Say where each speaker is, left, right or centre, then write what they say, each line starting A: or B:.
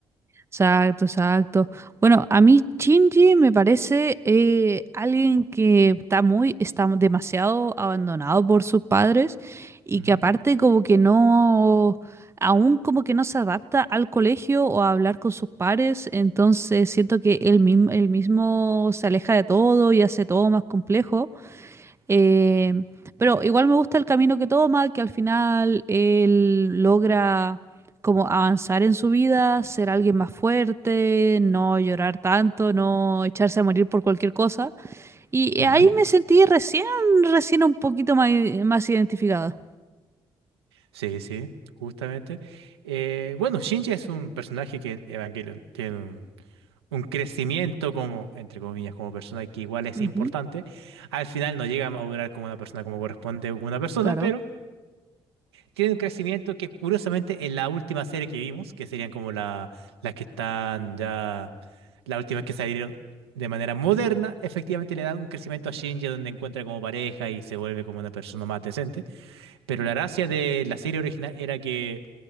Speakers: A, on the right (about 20°); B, on the right (about 85°).
A: Exacto, exacto. Bueno, a mí Shinji me parece eh, alguien que está muy, está demasiado abandonado por sus padres y
B: Ujú,
A: que aparte como que no, aún como que no se adapta al colegio o a hablar con sus pares, entonces siento que él mismo, él mismo se aleja de todo y hace todo más complejo. Eh, pero igual me gusta el camino que toma, que al final él logra como avanzar en su vida, ser alguien más fuerte, no llorar tanto, no echarse a morir por cualquier cosa. Y
B: ujú.
A: eh, ahí me sentí recién, recién un poquito más, más identificada.
B: Sí, sí, justamente. Eh, bueno, Shinji es un personaje que en Evangelion tiene un, un crecimiento como, entre comillas, como persona que igual es
A: Ujú,
B: importante. Al final no llega a madurar como una persona como corresponde a una persona,
A: claro.
B: pero tiene un crecimiento que curiosamente en la última serie que vimos, que serían como la, las que están ya, las últimas que salieron de manera moderna, efectivamente le dan un crecimiento a Shinji donde encuentra como pareja y se vuelve como una persona más decente. Pero la gracia de la serie original era que